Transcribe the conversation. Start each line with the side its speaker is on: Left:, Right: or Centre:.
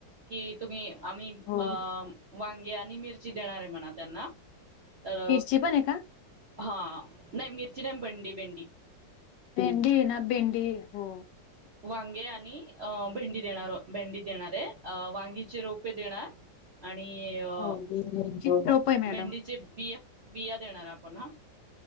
Right: की तुम्ही आम्ही
Left: हो
Right: अ वांगे आणि मिरची देणार आहे म्हणा त्यांना, तर
Left: जी पण आहे का?
Right: हां नाही मिरची नाही भंडी भेंडी
Left: भेंडी ना भेंडी हो.
Right: वांगे आणि अ भेंडी देणार भेंडी देणारेय वांगीचे रोपे देणार,
Left: <inaudible>
Right: आणि अ
Left: हो किती रोप आहे मॅडम
Right: मेंडीचे बिया बिया देणार आपण हा